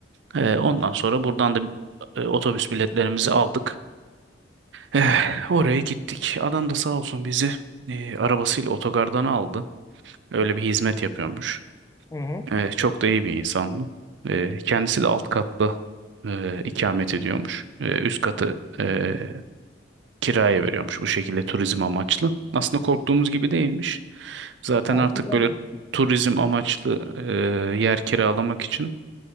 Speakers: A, on the right; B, on the left.
A: E, ondan sonra buradan da e, otobüs biletlerimizi aldık. Eh, oraya gittik. Adam da sağ olsun bizi eh, arabasıyla otogardan aldı. Öyle bir hizmet yapıyormuş.
B: Hı hı.
A: Eh, çok da iyi bir insandı. Eh, kendisi de alt katta eh, ikamet ediyormuş. Eh, üst katı eh, kiraya veriyormuş bu şekilde turizm amaçlı. Aslında korktuğumuz gibi değilmiş. Zaten
B: Gayet
A: artık
B: güzel
A: böyle
B: geçmiş.
A: turizm amaçlı eh, yer kiralamak için